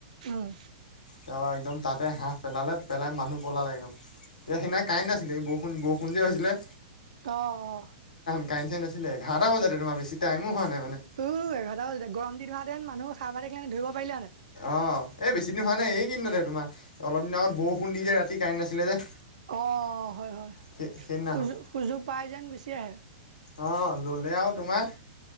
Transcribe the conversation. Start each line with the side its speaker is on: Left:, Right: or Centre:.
Right: উম
Left: তাৰপৰা একদম তাতে হাঁহ পেলালে পেলাই মানুহ পলালে একদম সেই দিনা কাৰেন্ট নাছিলে এই বৰষুণ বৰষ- ষুণ যে হৈছিলে।
Right: অহ অহ
Left: কাৰেন্ট চাৰেন্ট নাছিলে এঘাৰটা বজাত বেছি টাইমো হোৱা নাই। মানে।
Right: উ এঘাৰটা বাজিলে গৰম দিন হোৱা হেতেন মানুহ হাৰ পাই থাকিলে হেতেন ধৰিব পাৰিলে হেতেন।
Left: অ এই বেছি দিন হোৱা নাই এই কি দিনতে তোমাৰ অলপ দিনৰ আগত বৰষুণ দি যে ৰাতি কাৰেণ্ট নাছিলে যে।
Right: অ হয় হয়
Left: সেই সেইদিনাখন
Right: সুযো সুযোগ পাই যেন গুচি আহে।
Left: অ ল'লে আৰু তোমাৰ